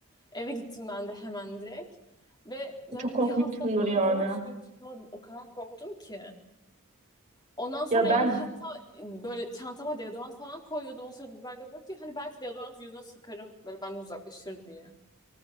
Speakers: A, on the left; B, on the right.
A: Eve gittim ben de hemen direkt. Ve yani
B: Çok korkmuşsundur
A: bir hafta falan
B: yani.
A: doğru düzgün çıkamadım. O kadar korktum ki. Ondan sonra
B: Ya
A: yanımda
B: ben
A: hatta e, böyle çantama deodorant falan koyuyordum. O sırada biber gazım yoktu ya. Hani belki deodorant yüzüne sıkarım böyle benden uzaklaşır diye.